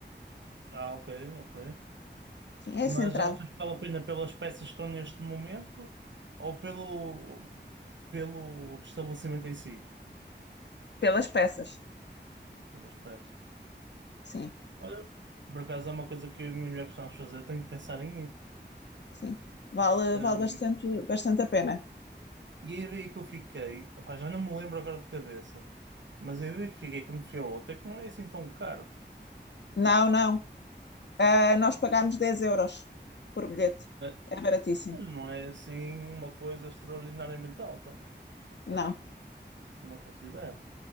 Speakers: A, on the right; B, on the left.
A: Ah, ok, ok.
B: Sim,
A: Mas
B: é central,
A: achas que vale a pena pelas peças que estão neste momento ou pelo, pelo estabelecimento em si?
B: pelas peças.
A: Pelas peças.
B: Sim,
A: Olha, por acaso é uma coisa que eu e a minha mulher gostamos de fazer, tenho que pensar em ir.
B: sim. Vale,
A: Ahm,
B: vale bastante, bastante a pena.
A: e a ideia que eu fiquei, opá, já não me lembro agora de cabeça, mas a ideia que fiquei quando fui ao outro é que não é assim tão caro.
B: Não, não. Ah, nós pagámos 10 euros por bilhete.
A: né?
B: É baratíssimo.
A: Mas Não é assim uma coisa extraordinariamente alta,
B: Não,
A: não considero.